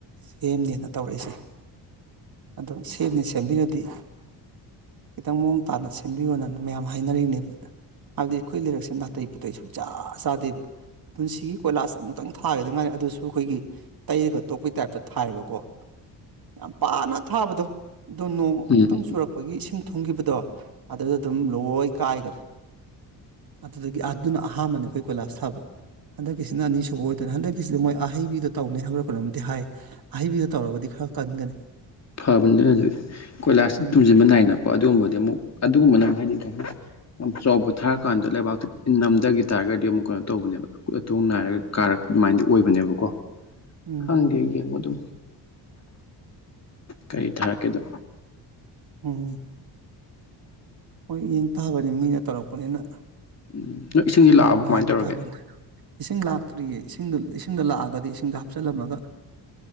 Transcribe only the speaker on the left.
ꯎꯝ ꯎꯝ
ꯐꯕꯅꯤ ꯑꯗꯨ ꯑꯗꯨ ꯀꯣꯏꯂꯥꯁꯇ
ꯇꯨꯝꯁꯤꯟꯕ ꯅꯥꯏꯅꯀꯣ ꯑꯗꯨꯒꯨꯝꯕꯗꯤ ꯑꯃꯨꯛ ꯑꯗꯨꯒꯨꯝꯕꯅ
ꯑꯃꯨꯛ ꯍꯥꯏꯗꯤ ꯌꯥꯝ ꯆꯥꯎꯕ ꯊꯥꯔꯀꯥꯟꯗ ꯂꯩꯕꯥꯛꯇꯣ ꯅꯝꯗꯒꯤ ꯇꯥꯔꯒꯗꯤ ꯑꯃꯨꯛ ꯀꯩꯅꯣ ꯇꯧꯕꯅꯦꯕ ꯑꯀꯨꯠ ꯑꯇꯣꯡ ꯅꯥꯏꯔꯒ ꯀꯥꯔꯛꯄ ꯑꯗꯨꯃꯥꯏꯗꯤ ꯑꯣꯏꯕꯅꯦꯕꯀꯣ
ꯈꯪꯗꯦ ꯑꯗꯨꯃꯗꯤ ꯀꯩ ꯊꯥꯔꯛꯀꯦꯗꯣ
ꯎꯝ ꯅꯣꯏ ꯏꯁꯤꯡꯗꯤ ꯂꯥꯛꯑꯕ
ꯀꯃꯥꯏꯅ ꯇꯧꯔꯒꯦ